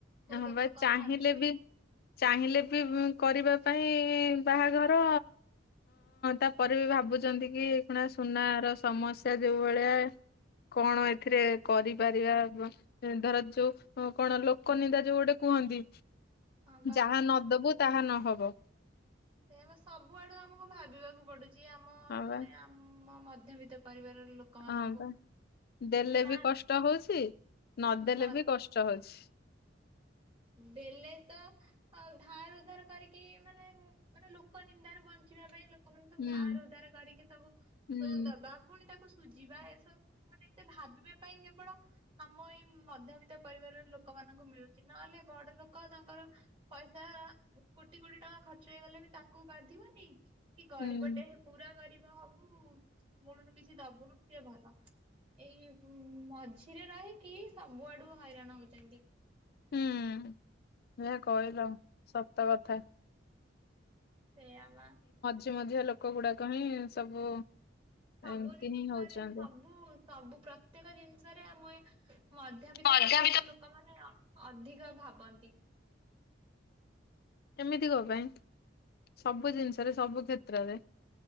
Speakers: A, on the right (about 30°); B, on the left (about 55°).
A: କୋଉ
B: ହଁ
A: ଲୋକ
B: ବା
A: କଣ
B: ଚାହିଁଲେ
A: ଭାବିବେ।
B: ବି ଚାହିଁଲେ ବି କରିବା ପାଇଁ ବାହାଘର ତାପରେ ବି ଭାବୁଚନ୍ତି କି କଣା ସୁନାର ସମସ୍ୟା ଯୋଉ ଭଳିଆ କଣ ଏଥିରେ କରିପାରିବା। ଧର ଯୋଉ କଣ ଲୋକ ନିିନ୍ଦା ଯୋଉ ଗୋଟେ କୁହନ୍ତି
A: ହଁ ବା
B: ଯାହା ନଦବୁ ତାହା ନହବ। <unintelligible>
A: ସେୟା ବା ସବୁ ଆଡୁ ଆମକୁ ଭାବିବାକୁ ପଡୁଚି। ଯିଏ ଆମ
B: ହଁ ବା
A: ମାନେ ଆ ଆମ ମଧ୍ୟବିତ ପରିବାରର ଲୋକମାନଙ୍କୁ
B: ହଁ ବା ଦେଲେ
A: ନା
B: ବି କଷ୍ଟ ହଉଛି ନଦେଲେ
A: ନ
B: ବି କଷ୍ଟ ହଉଛି।
A: ଦେଲେ ତ ଆ ଧାର ଉଧାର କରିକି ମାନେ ମାନେ ଲୋକ ନିନ୍ଦାରୁ ବଞ୍ଚିବା ପାଇଁ ଲୋକମାନେ ସବୁ
B: ହୁଁ
A: ଧାର ଉଧାର କରିକି ସବୁ
B: ହୁଁ
A: ସବୁ ଦବା ଫୁଣି ତାକୁ ସୁଝିବା ଏସବୁ ମାନେ ଏତେ ଭାବିବା ପାଇଁ କେବଳ ଆମ ଏଇ ମଧ୍ୟବିତ୍ତ ପରିବାରର ଲୋକମାନଙ୍କୁ ମିଳୁ ଚି। ନହେଲେ ବଡ ଲୋକ ତାଙ୍କର ପଇସା କୋଟି କୋଟି ଟଙ୍କା ଖର୍ଚ୍ଚ ହେଇଗଲେ ବି ତାଙ୍କୁ ବାଧିବନି କି ଗରିବଟେ
B: ହୁଁ
A: ପୁରା ଗରିବ ହବୁ ମୂଳରୁ କିଛି ଦବୁନୁ ସିଏ ଭଲ। ଏଇ ମଝିରେ ରହିକି ସବୁ ଆଡୁ ହଇରାଣ ହଉଚନ୍ତି।
B: ହୁଁ। ଯାହା କହିଲ ସତକ ଥା।
A: ସେୟା ବା।
B: ମଝି ମଝିଆ ଲୋକ ଗୁଡାକ ହିଁ ସବୁ
A: ସବୁ
B: ଏମିତି
A: ଜିନିଷରେ
B: ହିଁ ହଉଛନ୍ତି।
A: ସବୁ ସବୁ ପ୍ରତ୍ୟେକ ଜିନିଷରେ ଆମ ଏ ମଧ୍ୟବିତ୍ତ
B: ଅଧାବିତ
A: ପରିବାରର ଲୋକମାନେ ଅଧିକ ଭାବନ୍ତି।
B: ଏମିତି କଣ ପାଇଁ ସବୁ ଜିନିଷରେ ସବୁ କ୍ଷେତ୍ରରେ।